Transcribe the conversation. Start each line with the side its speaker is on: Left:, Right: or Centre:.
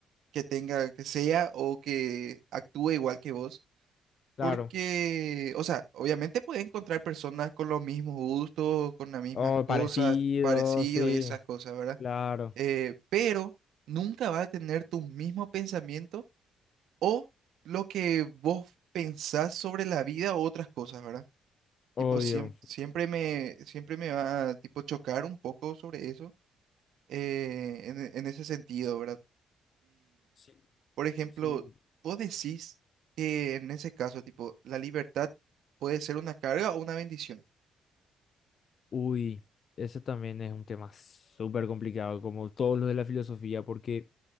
Right: que tenga, que sea o que actúe igual que vos
Left: claro.
Right: porque, o sea, obviamente puedes encontrar personas con los mismos gustos, con las mismas
Left: Oh,
Right: cosas,
Left: parecido,
Right: Parecido,
Left: sí,
Right: y sí. esas cosas, ¿verdad?
Left: claro,
Right: Eh, pero nunca vas a tener tu mismo pensamiento o lo que vos pensás sobre la vida o otras cosas, ¿verdad? Tipo,
Left: obvio.
Right: o- siem- siempre me, siempre me va a, tipo, chocar un poco sobre eso, eh, en, e- en ese sentido, ¿verdad?
Left: Sí,
Right: Por ejemplo,
Left: sí.
Right: vos decís que en ese caso, tipo, la libertad puede ser una carga o una bendición.
Left: Uy, ese también es un tema súper complicado, como todos los de la filosofía, porque